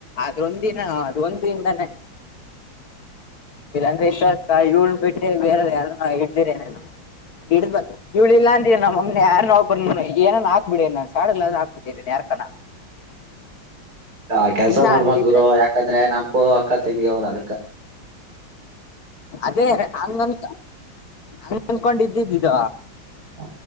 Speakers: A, on the left; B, on the right.
A: ಅದ್ದಿನ ಅದು ಒಂದಿನದಾನೇ ಇಲ್ಲಾಂದ್ರೆ ಇ ಕ ಇ ಬಿಟ್ಟ್ರೆ ಬೇರೆ ಯಾರು ಹ ಇಡ್ದಿರ ನಾನು ಹಡ್ ಬ ಇವ್ಳ ಇಲ್ಲ ಅಂತೀವ ನಮ್ಮಮ್ಮನ ಯಾರು ನಾವು ಬಂದ ಏನ ಹಾಕ್ಬಿಡಿ ನಾನ್ ಶಡಾದ ಹಾಕ್ಬಿಟ್ಟಿ ಯಾರ್ಕನ
B: ಹ ಕೆಲ್ಸ
A: ಇಲ್ಲ
B: ಮಾಡ್ಬಾರ್ದ್
A: ಅಂದಿದ್ರೆ
B: ಗುರು ಯಾಕಂದ್ರೆ ನಮಕೂ ಅಕ್ಕ ತಂಗಿ ಅದ <inaudible>
A: ಅದೇ ಹಂಗನ್ ಹಂಗನ್ಕೊಂಡ ಇದ್ದಿದ್ದಿದ್ದ
B: ಹ